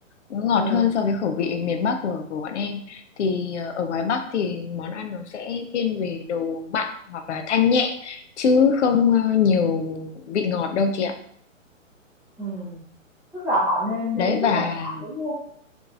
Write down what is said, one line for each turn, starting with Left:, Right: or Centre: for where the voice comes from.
Left: nó ngọt
Centre: Ừ.
Left: hơn so với khẩu vị miền Bắc của của bọn em thì ờ, ở ngoài Bắc thì món ăn nó sẽ thiên về đồ mặn hoặc là thanh nhẹ chứ không ờ, nhiều vị ngọt đâu chị ạ
Centre: Ừ. Tức là họ nêm
Left: đấy
Centre: nếm rất
Left: và
Centre: là lạ đúng không?